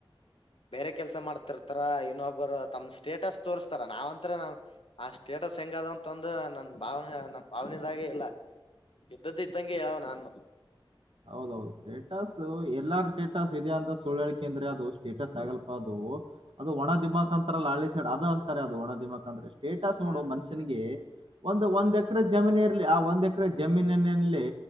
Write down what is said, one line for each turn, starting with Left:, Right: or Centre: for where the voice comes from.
Left: ಬೇರೆ ಕೆಲ್ಸ ಮಾಡ್ತಿರ್ತಾರ ಇನ್ನೊಬ್ಬರು ತಮ್ ಸ್ಟೇಟಸ್ ತೋರ್ಸ್ತಾರ ನಾವ್ಂತ್ರ ನಾವ್ ಆ ಸ್ಟೇಟಸ್. ಹೆಂಗ <unintelligible> ಅದಂತಂದು ನನ್ ಭಾವನೆ ನನ್ ಭಾವನೆದಾಗೆ ಇಲ್ಲ ಇದ್ದದ ಇದ್ದಂಗೆ ಹೇಳವ ನಾನು
Right: ಹೌದೌದು ಸ್ಟೇಟಸ್ ಎಲ್ಲಾರ ಸ್ಟೇಟಸ್ ಇದೆ ಅಂತ ಸುಳ್ಳಳ್ ಅಂದ್ರೆ ಅದು ಸ್ಟೇಟಸ್ ಆಗಲ್ಪಾ ಅದು. ಅದು ಒಣ ಧಿಮಾಕ್ ಅಂತಾರಲ್ಲ ಹಳ್ಳಿ ಸೈಡ್ ಅದು ಅಂತಾರೆ ಅದು ಒಣ ದಿಮಾಕ್ ಸ್ಟೇಟಸ್
Left: ಹ
Right: ನೋಡು ಮನುಷ್ಯನ್ಗೆ. ಒಂದು ಒಂದ್ ಎಕರೆ ಜಮೀನ ಇರಲಿ ಆ ಒಂದ್ ಎಕರೆ ಜಮೀನಿನಲ್ಲಿ